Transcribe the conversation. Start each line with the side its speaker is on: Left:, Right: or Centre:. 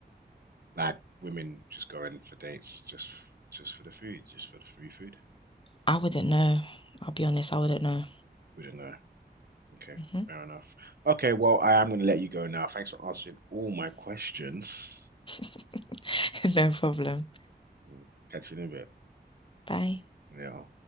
Right: Like women just going for dates just just for the food, just for the free food?
Left: I wouldn't know. I'll be honest, I wouldn't know.
Right: We don't know. Okay,
Left: Mhm.
Right: fair enough. Okay, well, I am going to let you go now. Thanks for answering all my questions.
Left: <laughs> No problem.
Right: Mm, Catch you in a bit.
Left: Bye.
Right: Yeah.